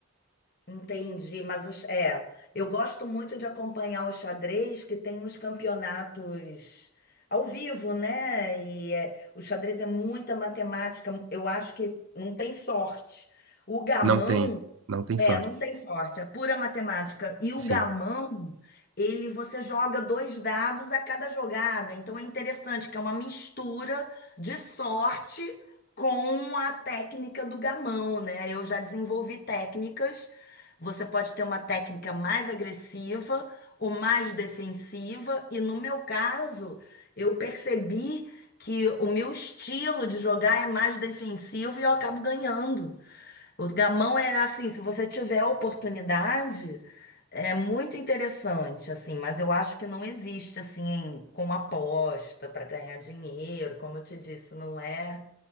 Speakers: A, on the left (about 50°); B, on the right (about 85°).
A: Entendi, mas os, é, eu gosto muito de acompanhar o xadrez, que tem uns campeonatos ao vivo, né? E é, o xadrez é muita matemática. Eu acho que não tem sorte. O gamão
B: Não tem, não tem
A: É,
B: sorte.
A: não tem sorte, é pura matemática. E o
B: Sim.
A: gamão, ele você joga dois dados a cada jogada. Então é interessante que é uma mistura de sorte com a técnica do gamão, né? Eu já desenvolvi técnicas. Você pode ter uma técnica mais agressiva ou mais defensiva. E no meu caso, eu percebi que o meu estilo de jogar é mais defensivo e eu acabo ganhando. O gamão é assim, se você tiver a oportunidade, é muito interessante, assim, mas eu acho que não existe assim em- com aposta para ganhar dinheiro, como eu te disse, não é